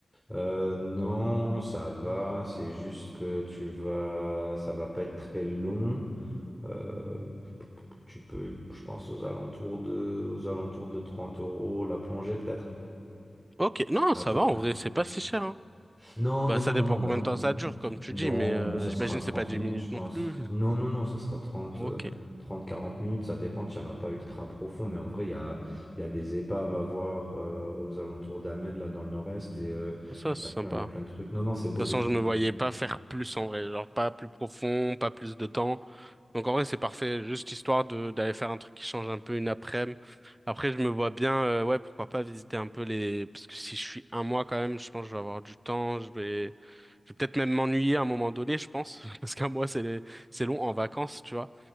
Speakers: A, in the centre; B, on the right (about 20°).
A: euh, non, ça va. C'est juste que tu vas, ça va pas être très long. Euh, Tu peux, je pense, aux alentours de, aux alentours de 30 euros la plongée, peut-être,
B: Ok, non,
A: à
B: ça
A: peu
B: va
A: près.
B: en vrai, c'est pas si cher. Hein.
A: Non,
B: Bah,
A: non,
B: ça
A: non,
B: dépend
A: non, non, bah
B: combien
A: non.
B: de temps ça dure, comme tu
A: Non,
B: dis, mais euh,
A: bah ça
B: j'imagine
A: sera 30
B: que c'est pas 10
A: minutes,
B: minutes
A: je pense.
B: non plus. <laughs>
A: Non, non, non, ça sera 30,
B: Ok,
A: euh, 30, 40 minutes, ça dépend, tu n'iras pas ultra profond, mais en vrai, il y a, il y a des épaves à voir euh, aux alentours d'Ahmed, là, dans le nord-est, et euh,
B: ça c'est
A: il y a plein,
B: sympa.
A: il y a plein de trucs. Non, non, c'est beau
B: toute
A: de
B: façon,
A: fou.
B: je me voyais pas faire plus en vrai, genre pas plus profond, pas plus de temps. Donc en vrai, c'est parfait, juste histoire de d'aller faire un truc qui change un peu une après-midi. Après, je me vois bien, euh, ouais, pourquoi pas visiter un peu les, parce que si je suis un mois quand même, je pense que je vais avoir du temps, je vais, je vais peut-être même m'ennuyer à un moment donné, je pense, <laughs> parce qu'un mois c'est les- c'est long en vacances, tu vois.